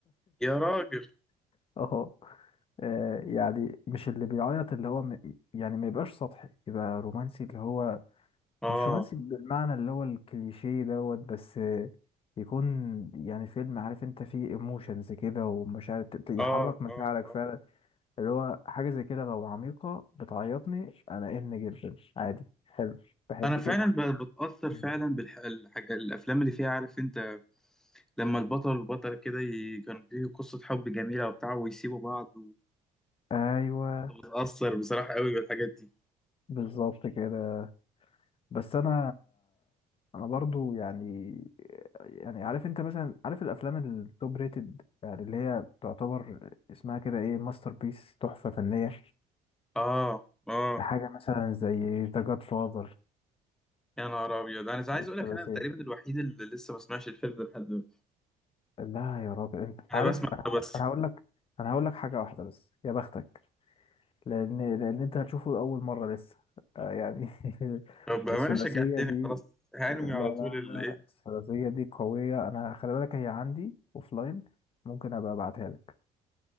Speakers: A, in the centre; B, on the left.
A: يا راجل
B: <laughs> اه آه، يعني مش اللي بيعيط اللي هو م- يعني ما يبقاش سطحي يبقى رومانسي اللي هو
A: اه
B: مش رومانسي بالمعنى اللي هو الكليشيه دوت بس آه، يكون يعني فيلم عارف انت فيه ايموشنز كده ومشاعر ت- ت- يحرك
A: اه
B: مشاعرك
A: اه
B: فعلا
A: آه.
B: اللي هو حاجة زي كده لو عميقة بتعيطني انا ان جدا عادي حلو بحب
A: انا فعلا
B: كده
A: ب- بتأثر
B: <laughs>
A: فعلا بالحاجة الافلام اللي فيها عارف انت لما البطل والبطلة كده ي- كان فيه قصة حب جميلة وبتاع ويسيبوا بعض
B: ايوه
A: وبتأثر بصراحة قوي بالحاجات دي
B: بالظبط كده بس انا انا برضو يعني يعني عارف انت مثلا عارف الافلام التوب ريتد يعني اللي هي تعتبر اسمها كده ايه ماستر بيس تحفة فنية
A: اه اه
B: حاجة مثلا زي ذا جاد فاذر
A: يا نهار ابيض انا عايز
B: الثلاثية
A: اقول لك انا تقريبا الوحيد اللي لسه ما سمعش الفيلم ده لحد دلوقتي
B: لا يا راجل انت
A: انا
B: عارف
A: بسمع
B: انا
A: بس
B: انا هقول لك انا هقول لك حاجة واحدة بس يا بختك لأن لأن أنت هتشوفه لأول مرة لسه آه يعني <laughs>
A: طب بأمانة
B: الثلاثية
A: شجعتني
B: دي
A: خلاص هنوي
B: آه، لا
A: على
B: لا
A: طول الإيه
B: لا الثلاثية دي قوية أنا خلي بالك هي عندي أوفلاين ممكن أبقى أبعتها لك